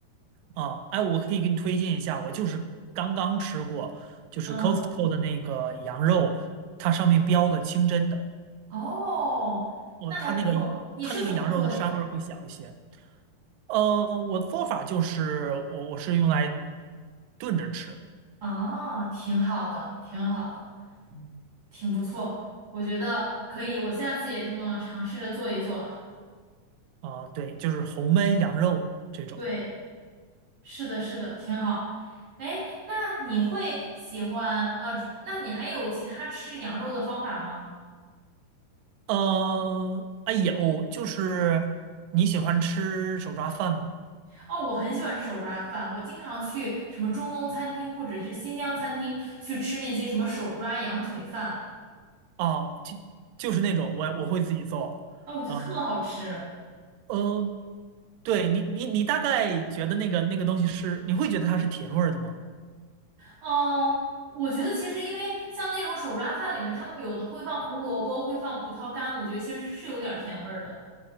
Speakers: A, on the right; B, on the right.
A: 啊，哎，我可以给你推荐一下，我就是刚刚吃过，就是
B: 嗯，
A: Costco 的那个羊肉，它上面标的清真的，
B: 哦，
A: 我它那个
B: 那还不错。你是怎么做的呀？
A: 它那个羊肉的膻味儿会小一些。嗯，我的做法就是我我是用来炖着吃
B: 哦，挺好的，挺好的。挺不错，我觉得可以，我下次也这么尝试着做一做。
A: 啊，对，就是红焖羊肉这种。
B: 对，是的，是的，挺好。哎，那你会喜欢呃，那你还有其他吃羊肉的方法吗？
A: 嗯，哎有，哦就是你喜欢吃手抓饭吗？
B: 哦，我很喜欢吃手抓饭，我经常去什么中东餐厅或者是新疆餐厅去吃那些什么手抓羊腿饭，
A: 哦，就就是那种我我会自己做。
B: 哦，我觉得特好吃。
A: 嗯嗯，呃对你，你你大概觉得那个那个东西是，你会觉得它是甜味儿的吗？
B: 嗯，我觉得其实因为像那种手抓饭里面，他们有的会放胡萝卜，会放葡萄干，我觉得其实是有点儿甜味儿的。